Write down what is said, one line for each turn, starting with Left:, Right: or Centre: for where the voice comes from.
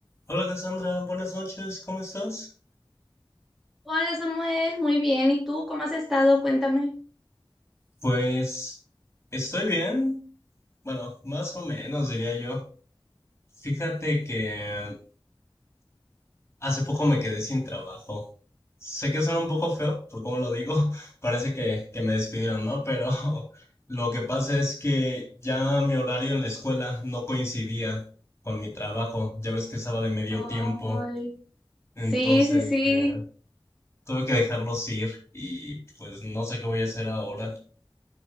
Left: Hola Cassandra, buenas noches, ¿cómo estás?
Centre: Hola Samuel, muy bien. ¿Y tú cómo has estado? Cuéntame.
Left: Pues estoy bien, bueno, más o menos diría yo. Fíjate que hace poco me quedé sin trabajo. Sé que suena un poco feo, por cómo lo digo, <laughs> parece que, que me despidieron, ¿no? Pero <laughs> lo que pasa es que ya mi horario en la escuela no coincidía con mi trabajo, ya ves que estaba de medio
Centre: Ay,
Left: tiempo, entonces
Centre: Sí, sí, sí.
Left: eh, tuve que dejarlos ir y pues no sé qué voy a hacer ahora.